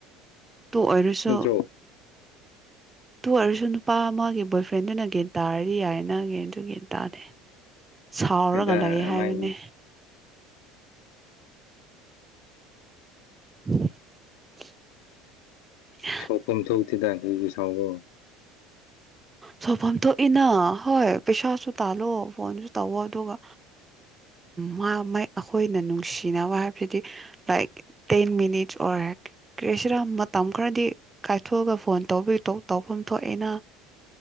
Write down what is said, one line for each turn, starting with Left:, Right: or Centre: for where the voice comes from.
Right: ꯑꯥꯗꯨ ꯑꯣꯏꯔꯁꯨ
Left: ꯅꯠꯇ꯭ꯔꯣ
Right: ꯇꯨ ꯑꯣꯏꯔꯁꯨ ꯅꯨꯄꯥ ꯑꯃꯒꯤ ꯕꯣꯏ ꯐ꯭ꯔꯦꯟꯗꯨꯅ ꯒ꯭ꯌꯥꯟ ꯇꯥꯔꯗꯤ ꯌꯥꯏ ꯅꯪ ꯒꯤ ꯑꯗꯨꯒꯤ ꯇꯥꯗꯦ ꯁꯥꯎꯔꯒ
Left: ꯍꯣꯏꯗ
Right: ꯂꯩ ꯍꯥꯏꯕꯅꯦ
Left: ꯃꯥꯏ
Right: <inaudible>
Left: ꯁꯥꯎꯐꯝ ꯊꯣꯛꯇꯦꯗ ꯀꯔꯤꯒꯤ ꯁꯥꯎꯕ꯭ꯔꯣ
Right: ꯁꯥꯎꯐꯝ ꯊꯣꯛꯏꯅ ꯍꯣꯏ ꯄꯩꯁꯥꯁꯨ ꯇꯥꯜꯂꯣ ꯐꯣꯟꯁꯨ ꯇꯧꯋꯣ ꯑꯗꯨꯒ ꯃꯥ ꯑꯩꯈꯣꯏꯅ ꯅꯨꯡꯁꯤꯅꯕ ꯍꯥꯏꯕꯗꯨꯗꯤ ꯂꯥꯏꯛ ꯇꯦꯟ ꯃꯤꯅꯤꯠꯁ ꯑꯣꯔ ꯀꯦꯁꯤꯔ ꯃꯇꯝ ꯈꯔꯗꯤ ꯀꯥꯏꯊꯣꯛꯑꯒ ꯐꯣꯟ ꯇꯧꯕꯤ ꯇꯧꯐꯝ ꯊꯣꯛꯑꯦꯅ